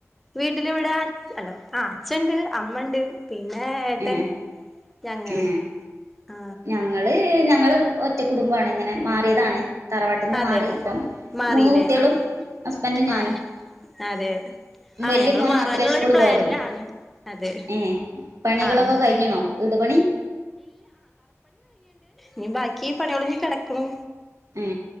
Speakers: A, in the centre; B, on the right.
A: വീട്ടില ഇവിടെ അല്ലോ ആ അച്ഛണ്ട് അമ്മ ഉണ്ട് പിന്നെ ഏട്ടൻ
B: ഏ
A: ഞങ്ങൾ
B: ഏ
A: ആ
B: ഞങ്ങള് ഞങ്ങള് ഒറ്റ കുടുംബമാണ് ഇങ്ങനെ മാറിയതാണ് തറവാട്ടിൽന്ന്
A: അതെല്ലേ
B: മാറി ഇപ്പം
A: മാറില്ലേ
B: മൂന്ന് കുട്ടികളും
A: ആഹ്
B: ഹസ്ബൻറും ഞാനും
A: ആഹ് അതെ ആഹ്
B: വലിയ
A: ഞങ്ങള്
B: മോന്
A: മാറാനുള്ളൊരു
B: മാത്രമേ സ്കൂള്
A: പ്ലാനിലാണ്
B: പോവാലുള്ളൂ
A: അതെ
B: ഏ പണികളൊക്കെ
A: ആഹ് ആഹ്
B: കഴിഞ്ഞണോ വീട് പണി
A: നീ ബാക്കി പണികള കിടക്കണു
B: ഉ